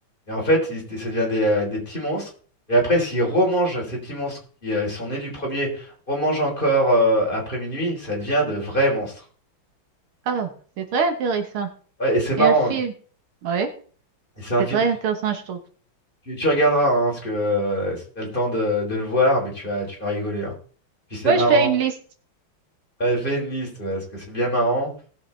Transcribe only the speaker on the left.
Et en fait, il- ça devient des, euh, des petits monstres. Et après, s'ils remangent ces petits monstres qui euh, sont nés du premier, remangent encore euh, après minuit, ça devient de vrais monstres.
Ouais, et c'est marrant.
hein.
Et c'est un
film,
tu,
tu- tu regarderas, hein, parce que euh, si t'as le temps de, de le voir, mais tu vas, tu vas rigoler. hein. Puis c'est
marrant.
Ouais, fais une liste, ouais, parce que c'est bien marrant.